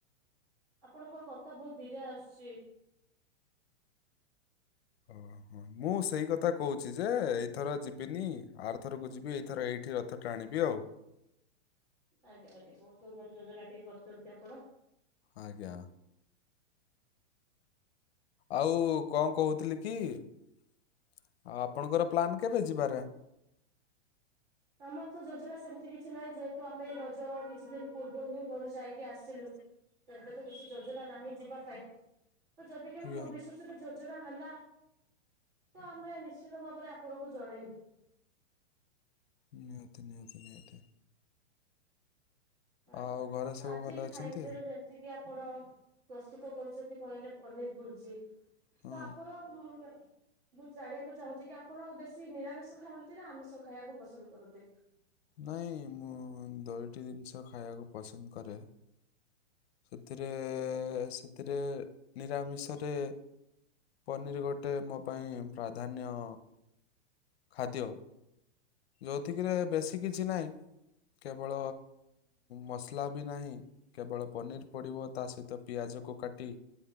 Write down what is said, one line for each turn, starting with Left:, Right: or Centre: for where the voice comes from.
Right: ଆପଣଙ୍କର କଥା ବୋହୁତ ଧୀରେ ଆସୁଚି।
Left: ଓହ ମୁଁ ସେଇ କଥା କହୁଚି ଯେ ଏଇଥର ଯିବିନି ଆରଥରକୁ ଯିବି ଏଇଥର ଏଇ ଠି ରଥ ଟାଣିବି ଆଉ।
Right: ଆଜ୍ଞା ଆଜ୍ଞା ବୋହୁତ ସୁନ୍ଦର ଯୋଜନା ଟିକେ କରିଚନ୍ତି ଆପଣ।
Left: ଆଜ୍ଞା। ଆଉ କଣ କହୁଥିଲି କି। ଆଉ ଆପଣଙ୍କର ପ୍ଲାନ କେବେ ଯିବାରେ?
Right: ଆମର ତ ଯୋଜନା ସେମିତି କିଛି ନାହିଁ ଯେହେତୁ ଆମେ ରଜ କିଛି ଦିନ ପୂର୍ବରୁ ହିଁ ଘରୁ ଯାଇକି ଆସିଲୁ।
Left: ସେ
Right: ଏବେ ତ କିଛି ଯୋଜନା ନାହିଁ ଯିବା ପାଇଁ ତ ଯଦି କେବେ
Left: ଆଜ୍ଞା
Right: ଭବିଷ୍ୟତରେ ଜୋ <unintelligible> ହେଲା ତ ଆମେ ନିଶ୍ଚିତ ଭାବରେ ଆପଣଙ୍କୁ ଜଣେଇବୁ।
Left: ନିହାତି ନିହାତି ନିହାତି
Right: ଆଜ୍ଞା
Left: ଆଉ ଘରେ
Right: ତ
Left: ସବୁ
Right: ଆଜି
Left: ଭଲ ଅଛନ୍ତି
Right: ଖାଦ୍ୟରେ ଯେମିତି କିି ଆପଣ ପ୍ରସ୍ତୁତ କରୁଚନ୍ତି କହିଲେ ପନିର ଭୁର୍ଜି ତ
Left: ହଁ
Right: ଆପଣ ମୁଁ ଜାଣିବାକୁ ଚାହୁଁଚି କି ଆପଣ ବେଶୀ ନିରାମିଷ ଖାଆନ୍ତି ନା ଆମିଷ ଖାଇବାକୁ ପସନ୍ଦ କରନ୍ତି।
Left: ନାଇଁ ମୁଁ ଦୋଅଟି ଜିନିଷ ଖାଇବାକୁ ପସନ୍ଦ କରେ। ସେଥିରେ ସେଥିରେ ନିରାମିଷରେ ପନିର ଗୋଟେ ମୋ ପାଇଁ ପ୍ରାଧାନ୍ୟ ଖାଦ୍ୟ। ଯୋଉଥିକରେ ବେଶୀ କିଛି ନାହିଁ। କେବଳ ମସଲା ବି ନାହିଁ କେବଳ ପନିର ପଡିବ ତା ସହିତ ପିଆଜ କୁ କାଟି